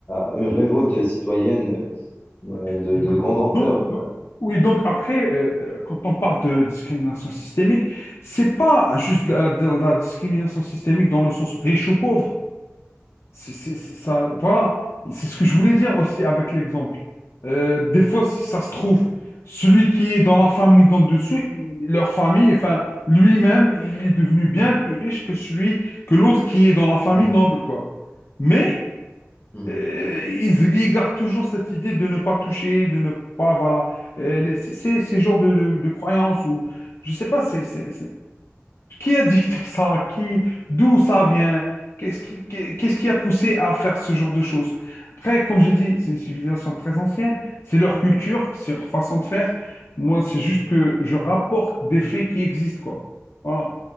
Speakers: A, on the left (about 30°); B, on the left (about 60°).
A: à une révolte citoyenne
B: on-
A: euh,
B: Ouais.
A: de, de
B: Do-
A: grande ampleur.
B: Donc, donc- oui, donc après, euh, euh, quand on parle de discrimination systémique, c'est pas juste de la, de la discrimination systémique dans le sens riche ou pauvre. C'est, c'est- c'est ça, voilà. C'est ce que je voulais dire aussi avec l'exemple. Euh, des fois, si ça se trouve, celui qui est dans la famille d'en dessous, il- leur famille, enfin, lui-même, il est devenu bien plus riche que celui, que l'autre qui est dans la famille
A: Euh,
B: noble, quoi. Mais
A: Mm.
B: euh, ils, ils gardent toujours cette idée de ne pas toucher, de ne pas, voilà. Euh, les- c'est c'est ces genres de, de, de croyances ou je sais pas, c'est, c'est, c'est- qui a dicté ça, qui, d'où ça vient, qu'est-ce qui, qu'est- qu'est-ce qui a poussé à faire ce genre de choses. Après, comme j'ai dit, c'est une civilisation très ancienne, c'est leur culture, c'est leur façon de faire. Moi, c'est juste que je rapporte des faits qui existent, quoi. Voilà.